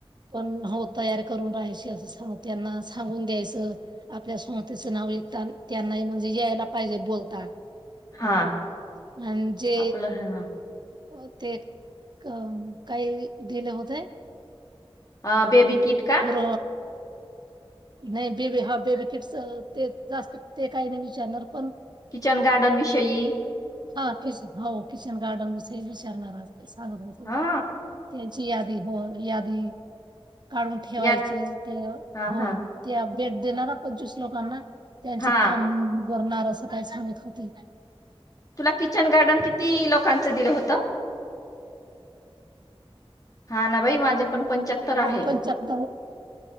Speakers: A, on the right (about 50°); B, on the left (about 35°).
A: पण होत तयार करून राहाय असं सांग त्यांना सांगून द्यायचं आपल्या स्मतेचं नाव यता त्यांनाही म्हणजे यायला पाहिजे बोलता
B: हा
A: म्हांजे
B: आपलं हा
A: हो ते काही दिले होते
B: हा बेबी किट का
A: होर नाही बेबी हा बेबी किट्स ते जास्त ते काही नाही विचारणार पण
B: किचन गार्डन विषयी
A: ह किच हो किचन गार्डन विष विचारणार साग भाक त्या
B: हा
A: ची यादी हो यादी काढून ठेवायची
B: या
A: त्या
B: हा
A: हो
B: हा
A: त्या बेट दे ना ना पंचवीस लोकांना त्यांची
B: हा
A: फां दरणार असं काय सांगत होती
B: तुला किचन गार्डन किती लोकांच दिलं होत? हा ना बाई माझे पण पंच्याहत्तर आहे
A: पंच्याहतर